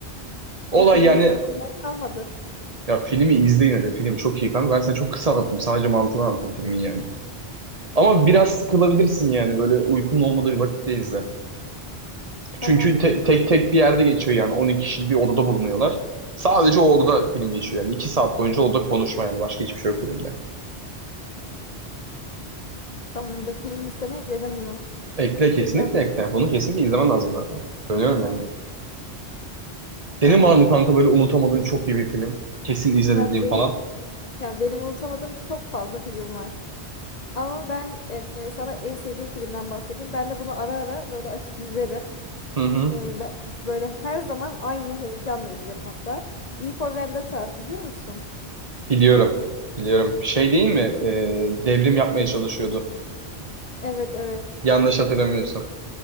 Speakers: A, on the right; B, on the left.
A: Olay
B: E filmi
A: yani
B: izlememe gerek kalmadı.
A: ya filmi izle yine de film çok iyi kanka. Ben sana çok kısa anlattım sadece mantığını anlattım filmin yani. Ama
B: Hmm,
A: biraz sıkılabilirsin yani böyle uykun olmadığı bir vakitte izle.
B: tamamdır.
A: Çünkü te- tek tek bir yerde geçiyor yani 12 kişi bir odada bulunuyorlar. Sadece o odada film geçiyor yani 2 saat boyunca odada konuşma yani başka hiçbir şey yok filmde.
B: Tamamdır. Film listeme ekledim bunu.
A: Ekle
B: İzleyeceğim.
A: kesinlikle ekle. Bunu kesinlikle izlemen lazım zaten. Söylüyorum yani. Senin
B: Tamam.
A: var mı kanka böyle unutamadığın çok iyi bir film? Kesin izle
B: Ya
A: dediğin
B: benim
A: falan.
B: ya benim unutamadığım çok fazla film var. Ama ben e, sana en sevdiğim filmden bahsedeyim. Ben de bunu ara ara böyle açıp izlerim.
A: Hı hı.
B: E, ben böyle her zaman aynı heyecanla izlerim hatta. V for Vendetta biliyor musun?
A: Biliyorum. Biliyorum. Şey değil mi? Ee, devrim yapmaya çalışıyordu.
B: Evet evet.
A: Yanlış hatırlamıyorsam.